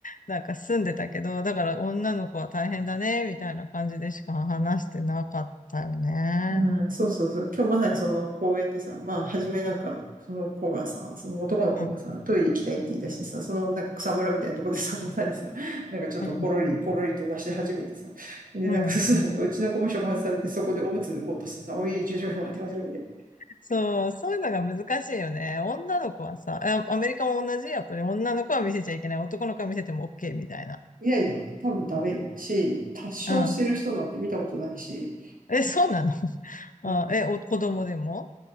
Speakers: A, on the left; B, on the right.
A: なんか住んでたけど、だから女の子は大変だね、みたいな感じでしか話してなかったよね。
B: うん、そうそうそう。今日まさにその公園でさ、まあ、初めなんか、その子がさ、その男の子がさ、
A: うん。
B: トイレ行きたいって言い出してさ、
A: うん。
B: そのなんか草むらみたいなとこでさ、<laughs> まさにさ、なんかちょっとポロリ、
A: うん。
B: ポロリと出し始めてさ、で、
A: うんうん
B: なんかそしたらさ、うちの子も触発されて、そこでおむつ脱ごうとしてさ、おい、ちょちょちょ、待て待て待て。
A: そう、そういうのが難しいよね。女の子はさ、あアメリカも同じ、やっぱり女の子は見せちゃいけない。男の子は見せても OK みたいな。
B: いやいや、多分ダメよ。し、タッションしてる人なんて見たことないし、
A: うん。え、そうなの <laughs> あ、
B: うん、
A: え、お、子供でも